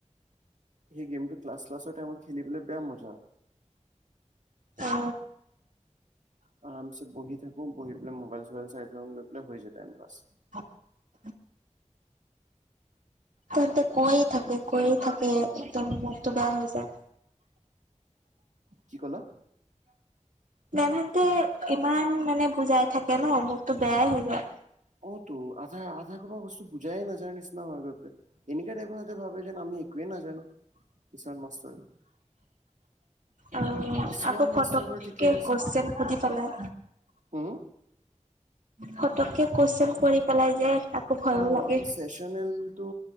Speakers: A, on the right; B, on the right.
A: সেই গেমটো ক্লাছৰ ক্লাছৰ টাইম খেলিবলৈ বেয়া মজা।
B: অ
A: আৰামছে বহি থাকো বহি পেলাই মোবাইল চোবাইল চাই থাকো গৈ পেলাই হৈ যায় টাইম পাছ।
B: <unintelligible> তেন্তে কৈয়ে থাকে কৈয়ে থাকে একদম মনটো বেয়া হৈ যায়।
A: কি ক'লা।
B: মেম হেতে ইমান মানে বুজাই থাকে ন মূখটো বেয়াই হৈ যায়।
A: অ তো আধা আধা খুপা বস্তু বুজাই নাজায় নিচিনাই লাগে এনেকা টাইপ হেতি ভাবে যেন আমি একোৱে নাজানো কিছুমান মাষ্টৰ,
B: অ
A: কিছুমান
B: আকৌ
A: মাষ্টৰ
B: পতকে
A: বাৰু ঠিকে আছে।
B: কৈচন সুধি, পেলাই।
A: হুম
B: ফতকে কুৱেশন কৰি পেলাই যে, ভয়ো
A: অ
B: লাগে
A: আকৌ চেচনেলটো